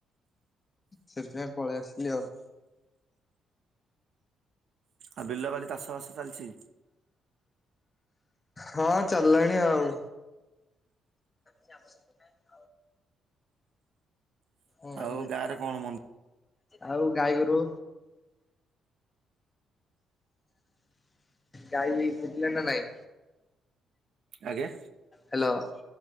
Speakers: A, on the left; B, on the right.
A: ସେଥିପାଇଁ ପଳେଇ ଆସିଲି ଆଉ
B: ଆଉ ବିଲବାଡ଼ି ଚାଷବାସ ଚାଲିଛି
A: ହଁ ଚାଲିଲାଣି ଆଉ ଯାଏ ପସେ ନାଁ ହୁଁ
B: ଆଉ ଗାଁରେ କଣ ମନ୍ଦି
A: ଆଉ ଗାଈଗୋରୁ ଗାଈ ଫିଟିଲା ନା ନାଇଁ
B: ଆଜ୍ଞା
A: ହ୍ୟାଲୋ